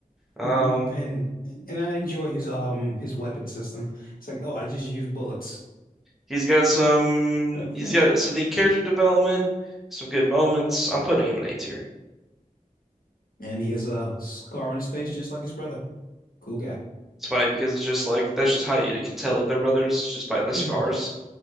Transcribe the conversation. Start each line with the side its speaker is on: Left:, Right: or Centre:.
Centre: Um,
Left: hmm And and I enjoy his um his weapon system. It's like, oh, I just use bullets.
Centre: he's got some
Left: <laughs>
Centre: he's got some neat character development, some good moments. I'm putting him in A tier.
Left: And he has a scar on his face just like his brother. Cool guy.
Centre: It's funny because it's just like that's just how you can tell that they're brothers it's just by the
Left: Hmm.
Centre: scars.